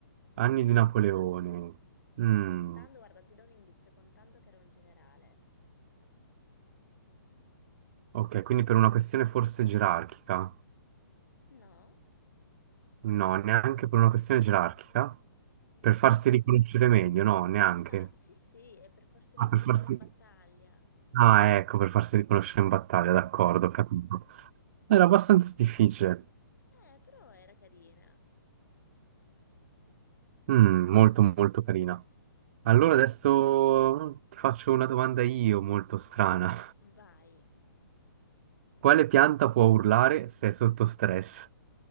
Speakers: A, on the right; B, on the left.
A: anni di Napoleone. Mm,
B: Contando, guarda, ti do un indizio, contando che era un generale.
A: ok, quindi per una questione forse gerarchica?
B: No,
A: No, neanche per una questione gerarchica.
B: no.
A: Per farsi riconoscere meglio, no, neanche.
B: Esatto, sì, sì, è per farsi riconoscere
A: Ah, per farsi-
B: in battaglia.
A: Ah, ecco, per farsi riconoscere in battaglia, d'accordo,
B: Sì.
A: ho capito. Era abbastanza difficile.
B: Eh, però era carina.
A: Mm, molto, molto carina. Allora adesso mm, ti faccio una domanda io, molto strana.
B: Vai.
A: Quale pianta può urlare se è sotto stress?